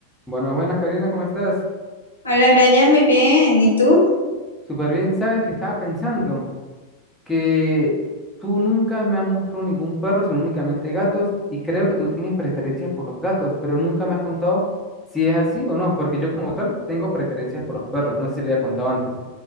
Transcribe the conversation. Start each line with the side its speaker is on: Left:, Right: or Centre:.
Centre: Buenas, buenas, Karina, ¿cómo estás?
Left: Hola, Brian, muy bien. ¿Y tú?
Centre: Súper bien, sabes que estaba pensando que tú nunca me has mostrado ningún perro, sino únicamente gatos, y creo que tú tienes preferencias por los gatos, pero nunca me has contado si es así o no, porque yo como tal tengo preferencias por los perros, no sé si le había contado antes.